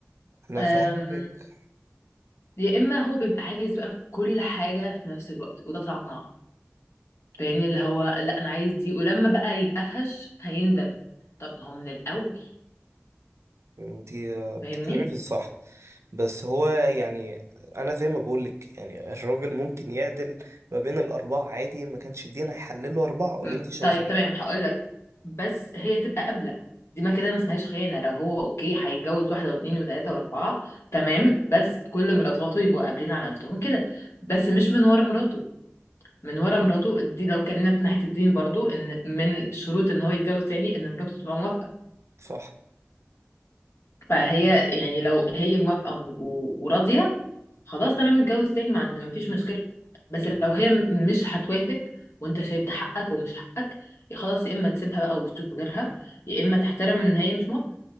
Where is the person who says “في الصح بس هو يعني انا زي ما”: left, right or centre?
Right